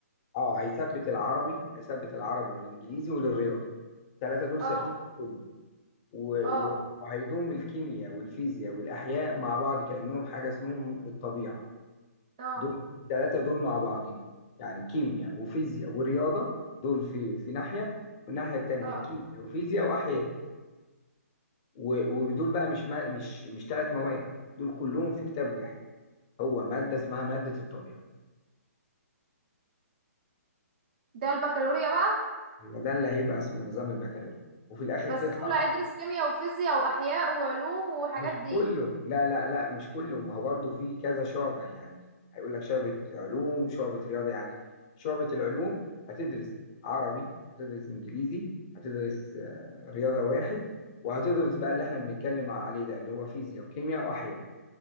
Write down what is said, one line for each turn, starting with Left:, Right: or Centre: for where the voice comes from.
Left: اه هيثبت العربي هيثبت العربي والإنجليزي والرياضة الثلاثة دول
Right: اه
Left: ثابتين في كله و-
Right: اه
Left: و- وهيضم الكيمياء والفيزياء والأحياء مع بعض كأنهم حاجة اسمهم الطبيعة
Right: اه
Left: دول الثلاثة دول مع بعضهم يعني كيمياء وفيزياء ورياضة دول في في ناحية والناحية التانية
Right: اه
Left: كيمياء وفيزياء وأحياء و- ودول بقى مش ما مش مش ثلاث مواد دول كلهم في كتاب واحد هو مادة اسمها مادة الطبيعة
Right: ده البكالوريا بقى
Left: أيوة ده اللي هيبقى اسمه نظام البكالوريوس وفي الآخر
Right: بس
Left: تطلع
Right: كله هيدرس كيمياء وفيزياء وأحياء وعلوم والحاجات
Left: مش
Right: دي
Left: كله لا لا لا مش كله ما هو برضه في كذا شعبة يعني هيقول لك شعبة علوم شعبة رياضة يعني شعبة العلوم هتدرس عربي هتدرس إنجليزي هتدرس آه، رياضة واحد وهتدرس بقى اللي احنا بنتكلم عليه ده اللي هو فيزياء وكيمياء وأحياء